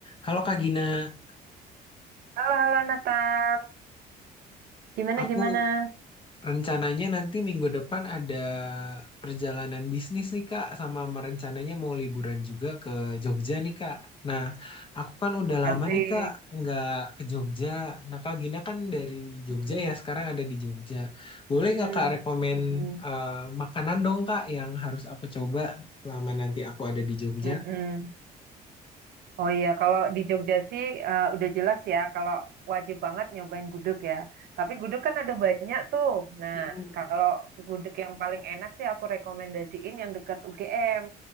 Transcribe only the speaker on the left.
Halo Kak Gina, Ya.
aku
rencananya nanti minggu depan ada perjalanan bisnis nih Kak, sama merencananya mau liburan juga ke Jogja nih Kak. Nah, aku kan udah lama
nih Kak nggak ke Jogja. Nah, Kak Gina kan dari Jogja
ya, sekarang ada di Jogja. Boleh
nggak Kak rekomen
eh, makanan dong Kak yang harus aku coba selama nanti aku ada di Jogja?
Mm-mm.